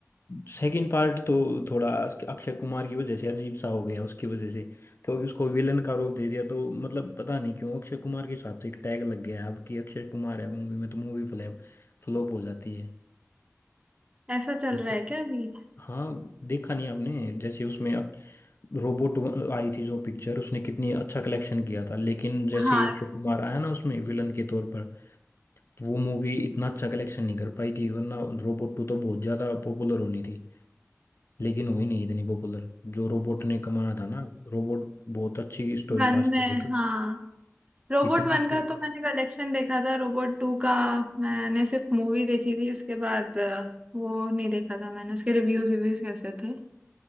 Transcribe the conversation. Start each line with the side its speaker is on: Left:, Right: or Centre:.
Left: सेकंड पार्ट तो थोड़ा अक्षय कुमार की वजह से अजीब सा हो गया उसकी वजह से क्योंकि उसको विलन का रोल दे दिया तो मतलब पता नहीं क्यों अक्षय कुमार के साथ तो एक टैग लग गया है अब कि अक्षय कुमार है मूवी में तो मूवी फ्लैप फ्लॉप हो जाती है
Right: ऐसा चल
Left: जैसे
Right: रहा है क्या अभी
Left: हाँ देखा नहीं आपने जैसे उसमें रोबोट आई थी जो पिक्चर उसने कितनी अच्छा कलेक्शन किया था लेकिन जैसे
Right: हाँ
Left: ही अक्षय कुमार आया ना उसमें विलन के तौर पर वो मूवी इतना अच्छा कलेक्शन नहीं कर पाई थी वरना रोबोट टू तो बहुत ज़्यादा पॉपुलर होनी थी लेकिन हुई नहीं इतनी पॉपुलर जो रोबोट ने कमाया था ना रोबोट बहुत अच्छी स्टोरी
Right: वन
Left: कास्ट
Right: है
Left: बनाई थी
Right: हाँ रोबोट
Left: इतनी
Right: वन
Left: अच्छी
Right: का तो मैंने कलेक्शन देखा था रोबोट टू का मैंने सिर्फ मूवी देखी थी उसके बाद अ, वो नहीं देखा था मैंने उसके रिव्यूज रिव्यूज कैसे थे